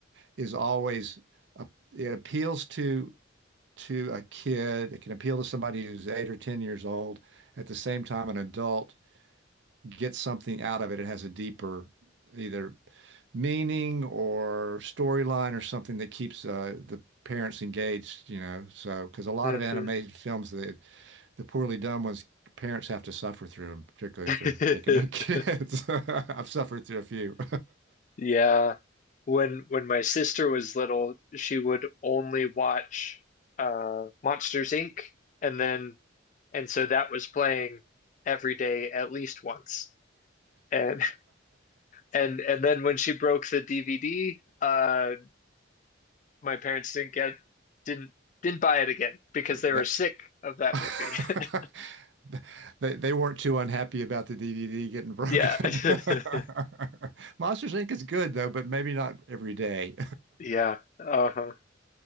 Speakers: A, on the right (about 65°); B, on the left (about 40°).
A: is always a, it appeals to to a kid. It can appeal to somebody who's eight or ten years old. At the same time, an adult get something out of it. It has a deeper either meaning or storyline or something that keeps uh, the parents engaged, you know. So, because a lot
B: hmm
A: of animated films, the the poorly done ones, parents have to suffer through them, particularly
B: <laughs>
A: if they're taking their <laughs> kids. <laughs> I've suffered through a few.
B: Yeah. When when my sister was little, she would only watch uh Monsters Inc. and then And so that was playing every day at least once. And and and then when she broke the DVD, uh, my parents didn't get didn't didn't buy it again because
A: <laughs>
B: they were
A: That-
B: sick of that
A: <laughs>
B: movie. <laughs>
A: They, they weren't too unhappy about the DVD getting broken.
B: Yeah. <laughs>
A: <laughs> Monsters Inc. is good though, but maybe not every day.
B: Yeah. Uh-huh.